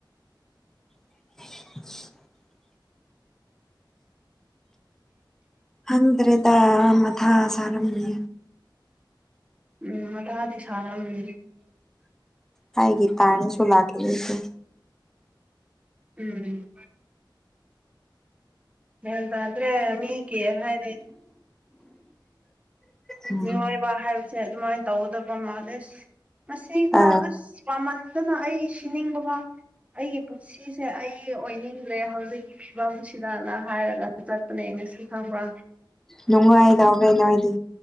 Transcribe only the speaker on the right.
ꯎꯝ ꯑꯇꯥꯗꯤ ꯁꯥꯔꯝꯗꯤ
ꯎꯝ ꯌꯥꯗꯗ꯭ꯔꯦ ꯃꯤꯒꯤꯦ ꯍꯥꯏ
ꯃꯤꯑꯣꯏꯕ ꯍꯥꯏꯕꯁꯦ ꯑꯗꯨꯃꯥꯏꯅ ꯇꯧꯒꯗꯕ ꯃꯥꯂꯦ ꯃꯁꯤꯐꯥꯎ
ꯑꯁ ꯃꯃꯟꯗꯨꯅ ꯑꯩ ꯁꯤꯅꯤꯡꯕ ꯐꯥꯎ ꯑꯩꯒꯤ ꯄꯨꯟꯁꯤꯁꯦ ꯑꯩ ꯑꯣꯏꯅꯤꯡꯂꯦ ꯍꯧꯖꯤꯛꯀꯤ ꯐꯤꯕꯝꯁꯤꯗꯅ ꯍꯥꯏꯔꯒ ꯆꯠꯄꯅꯦ ꯁꯨ ꯈꯕ꯭ꯔꯥ